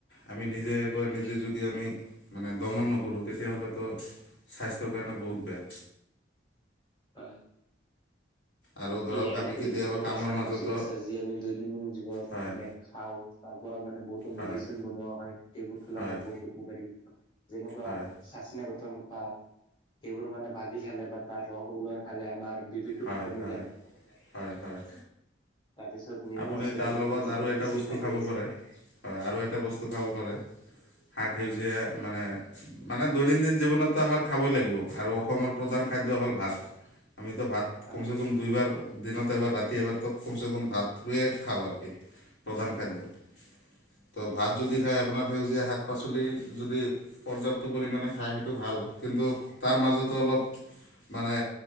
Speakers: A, on the left; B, on the left.
A: আমি নিজে কৈ নিজে যদি আমি মানে দমন নকৰোঁ তেতিয়া হ'লেতো স্বাস্থ্যৰ কাৰণে বহুত বেয়া।
B: হয়।
A: আৰু ধৰক
B: ই ইয়াৰ
A: আমি
B: উপৰি
A: কেতিয়াবা
B: বহুতো
A: কামৰ
B: চাক
A: মাজতো
B: পাচলি আছে যি আমি দৈনন্দিন জীৱনত
A: হয়
B: মানে খাওঁ। তাৰ পৰা মানে বহুতো
A: হয়
B: মেডিচিন বনোৱা হয় এইবোৰ খালে
A: হয়
B: আমাৰ বহুত উপকাৰী যেনেকুৱা
A: হয়
B: চাঁচিনা গঠৰ পাত। সেইবোৰ মানে ভাজি খালে বা তাৰ ৰস ওলাই খালে আমাৰ বি পি টো
A: হয়
B: কমি
A: হয়।
B: যায়
A: হয় হয়।
B: তাৰপিছত নেমু
A: আপুনি
B: আছে
A: তাৰ
B: নেমুত
A: লগত
B: ভিটামিন
A: আৰু এটা
B: চি
A: বস্তু
B: থাকে
A: খাব পাৰে। হয় আৰু এটা বস্তু খাব পাৰে। শাক সেউজীয়া মানে, মানে দৈনন্দিন জীৱনতটো আমাৰ খাবই লাগিব আৰু অসমৰ প্ৰধান খাদ্য হ'ল ভাত। আমিতোঁ ভাত
B: হয়
A: কমচে কম দুইবাৰ দিনত এবাৰ, ৰাতি এবাৰতো কমচে কম ভাতটোৱে খাওঁ ভালকে। প্ৰধান খাদ্য। ত' ভাত যদি খাই আপোনাৰ সেউজীয়া শাক পাচলি যদি পৰ্যাপ্ত পৰিমাণে খাই সেইটো ভাল কিন্তু তাৰ মাজতোঁ অলপ, মানে